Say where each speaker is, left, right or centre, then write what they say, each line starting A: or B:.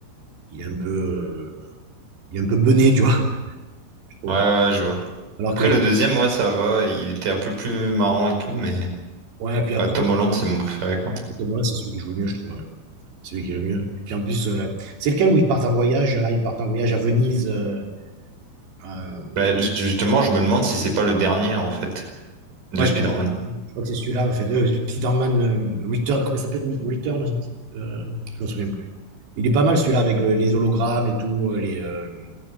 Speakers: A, on the right; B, on the right.
A: il est un peu, euh, il est un peu bené, tu vois. je trouve.
B: Ouais, ouais, ouais, je vois.
A: Alors
B: Après,
A: que les,
B: le deuxième, ouais, ça va. Il était un peu plus marrant et tout, mais
A: ouais, puis après,
B: ouais, Tom Holland, c'est mon préféré, quoi.
A: Tom Holland, c'est celui qui joue le mieux, je trouve. hein. Celui qui est le mieux. Puis en plus, euh, là, c'est lequel où ils partent en voyage. Là, ils partent en voyage à Venise. euh, euh,
B: Bah, ju- justement, je me demande si c'est pas le dernier, en fait, de
A: ouais,
B: Spider-Man.
A: je crois que c'est je crois que c'est celui-là, en fait. Euh, Spider-Man euh, Return, comment il s'appelle? Return, euh, je me souviens plus. Il est pas mal celui-là avec le- les hologrammes et tout, euh, les, euh,